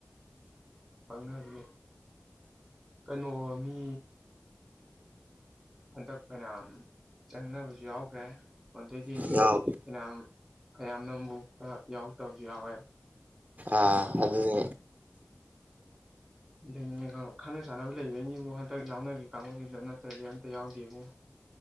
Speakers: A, in the centre; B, on the right.
A: ꯐꯪꯅꯕꯅꯤ ꯀꯩꯅꯣ ꯃꯤ ꯍꯟꯗꯛ ꯐꯅꯌꯥꯝ ꯆꯪꯅꯕꯁꯨ ꯌꯥꯎꯈ꯭ꯔꯦ ꯑꯗꯨꯏ
B: ꯌꯥꯎꯋꯤ
A: ꯐꯌꯥꯝ ꯐꯌꯥꯝꯅ ꯅꯝꯕꯧꯇ ꯌꯥꯎꯔꯛꯇꯕꯁꯨ ꯌꯥꯎꯋꯦ
B: ꯑꯥ ꯑꯗꯨꯗꯤ
A: ꯑꯗꯩꯅꯦ ꯈꯪꯅ ꯆꯥꯅꯕ ꯂꯩꯕꯒꯤꯅꯤꯕꯨ ꯍꯟꯇꯛ ꯌꯥꯎꯅꯈꯤ ꯀꯥꯡꯒꯨꯗꯨꯗꯤ ꯅꯠꯇ꯭ꯔꯗꯤ ꯑꯝꯇ ꯌꯥꯎꯗꯦꯕꯣ